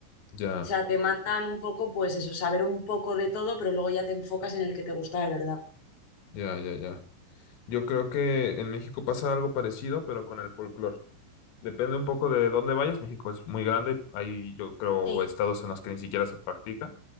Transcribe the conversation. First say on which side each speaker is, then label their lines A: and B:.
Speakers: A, on the left; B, on the left.
A: ya,
B: O sea, te mandan un poco, pues eso, saber un poco de todo, pero luego ya te enfocas en el que te gusta de verdad.
A: ya, ya, ya. Yo creo que en México pasa algo parecido, pero con el folclore. Depende un poco de dónde vayas. México es muy grande. Hay, yo creo,
B: Sí,
A: estados en los que ni siquiera se practica.